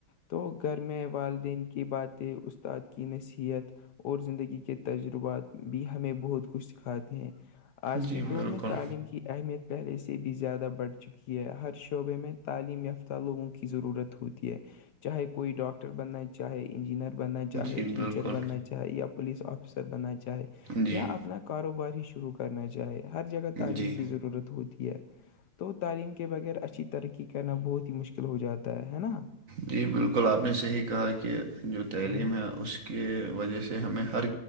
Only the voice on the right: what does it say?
جی
بالکل
جی
بالکل
جی
جی
جی بالکل آپ نے صحیح کہا کہ جو تعلیم
ہے اس کے وجہ سے ہمیں ہر